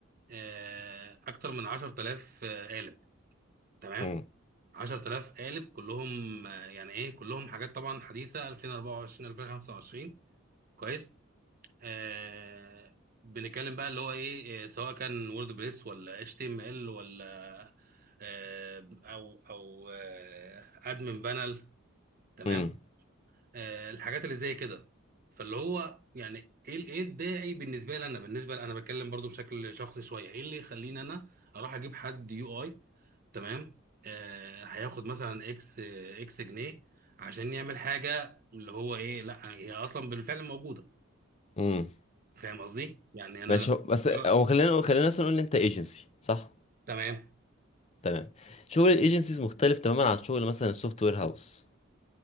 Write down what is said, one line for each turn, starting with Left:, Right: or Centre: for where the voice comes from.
Right: آه اكتر من 10000 آه، قالب تمام
Left: امم
Right: 10000 قالب كلهم آه، يعني ايه كلهم حاجات طبعا حديثه 2024 2025 كويس آه بنتكلم بقى اللي هو ايه آه، سواء كان وورد بريس ولا اتش تي ام ال ولا آه او او آه ادمن بانل تمام
Left: امم
Right: آه الحاجات اللي زي كده فاللي هو يعني ايه ال- ايه الداعي بالنسبه لي انا بالنسبه لي انا بتكلم برضو بشكل شخصي شويه ايه اللي يخليني انا اروح اجيب حد يو اي تمام آه هياخد مثلا اكس اكس جنيه عشان يعمل حاجه اللي هو ايه لا هي اصلا بالفعل موجوده
Left: امم
Right: فاهم قصدي؟ يعني انا
Left: ماشي
Right: لا-
Left: هو-
Right: مجرد
Left: بس هو خلينا خلينا مثلا نقول ان انت ايجنسي صح
Right: تمام
Left: تمام شغل الايجنسيز مختلف تماما عن شغل مثلا السوفت وير هاوس